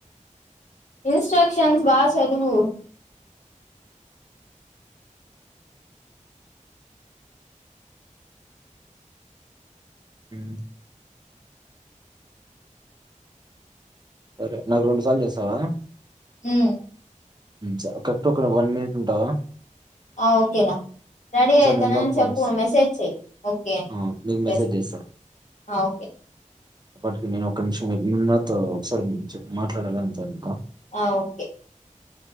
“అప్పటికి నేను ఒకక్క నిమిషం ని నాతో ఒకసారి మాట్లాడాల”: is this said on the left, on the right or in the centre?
Right